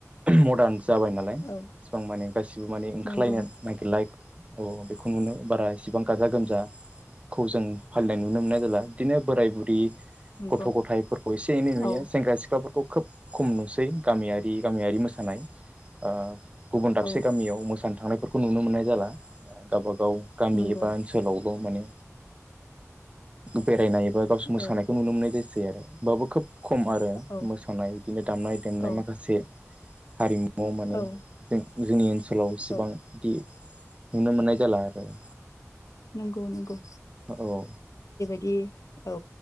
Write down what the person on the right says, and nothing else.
मदार्न जाबाय नालाय एसिबां
माने गासिबो माने ओंखारलायनो
नागिरला औ बेखौ नुनो बारा ए सेबां गाजा गोमजा खौ जों फालिनाय नुनो मोननाय जाला ।बिदिनो बोराय बुरि
गथ' गथायफोरखौ एसे एनै नुयो
। सेंग्रा सिख्लाफोरखौ खोब खम नुसै गामियारि गामियारि मो सानाय ओ गुबुन दाबसे
गामियाव मोसानो थांनायफोरखौ नुनो मोननाय जाला गावबा गाव गामि
एबा ओनसोलाव बेव माने बेरायनाय एबा गावसो मोसानायखौ
नुनो मोननाय सै आरो होमबाबो खोब खम आरो
मोसानाय बिदिनो दामनाय देनाय
माखासे हारिमुआव माने
जों जोंनि ओनसोलाव इसेबां
बिदि नुनो माननाय जाला आरो ।
औ